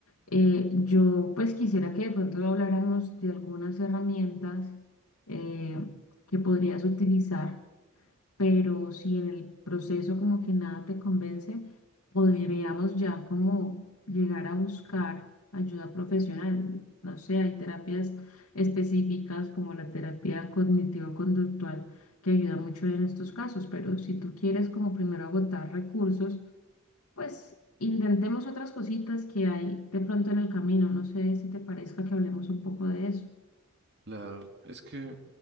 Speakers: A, on the left; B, on the right.
A: Eh, yo pues quisiera que de pronto habláramos de algunas herramientas eh, que podrías utilizar pero si en el proceso como que nada te convence, podríamos ya como llegar a buscar ayuda profesional. No sé, hay terapias específicas como la terapia cognitivo-conductual que ayuda mucho en estos casos, pero si tú quieres como primero agotar recursos, pues intentemos otras cositas que hay de pronto en el camino. No sé si te parezca que hablemos un poco de eso.
B: La, es que